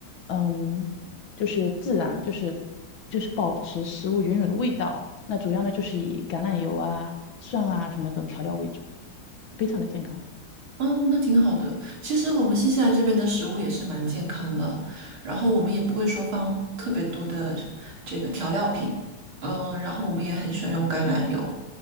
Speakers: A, on the left; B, on the right.
A: 嗯，就是自然，就是就是保持食物原有的味道，那主要呢就是以橄榄油啊、蒜啊什么等调料为主，非常的健康。
B: 哦，那挺好的。其实我们新西兰这边的食物也是蛮健康的，然后我们也不会说放特别多的这个调料品，嗯，然后我们也很喜欢用橄榄油，